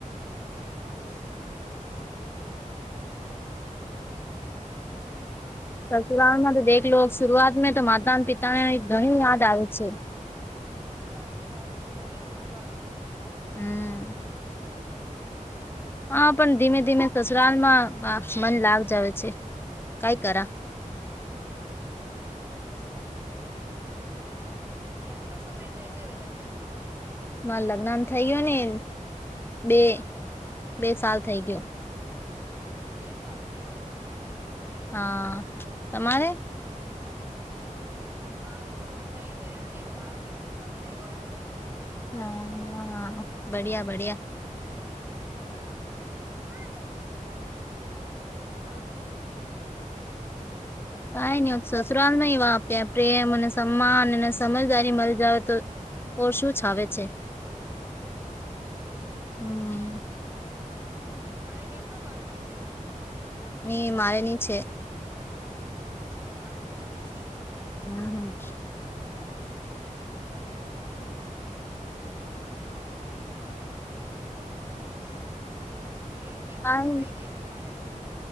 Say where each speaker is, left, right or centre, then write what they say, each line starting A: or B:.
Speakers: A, on the right; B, on the left.
A: સારી છે <unintelligible>
B: સસુરાળમાં તો દેખ લો શરૂઆત તો માતા પિતાને ઘણી યાદ આવે છે
A: સાચી વાત છે ઘણી ઓલીઓ આવે
B: હમ્મ.
A: હમ્મ.
B: હા પણ ધીમે ધીમે સસુરાલમાં મન લાગ જાવે છે.
A: હમ્મ.
B: કઈ કરા
A: સાચી વાત છે કેટલો સમય થઈ ગયો લગ્ન નું
B: માર લગ્ન થઇ ગયો ને બે બે સાલ થઇ ગયો
A: બે સાલ થઈ ગયો
B: હા તમારે
A: સારુ માર તો થઇ ગયો ને પાંચ છે સાલ થઇ ગયો
B: હા હા બળિયા બળિયા
A: <unintelligible> ઓર સુણાવજો
B: કાઈ નહી સસુવાલમાં એવા આપ્યા પ્રેમ અને સન્માન અને સમજદારી મળી જાવ તો ઓ શું છાવે છે.
A: સાચી વાત છે.
B: હમ્મ.
A: તમારે કેટલા બાળકો છે.
B: ની મારે ની છે.
A: અચ્છા બાળકો નથી છે.
B: હમ્મ હમ્મ.
A: <inaudible> સારું છે કોન <unintelligible> કેટલીક
B: હમ
A: કોલ થઇ ગઈ તમારે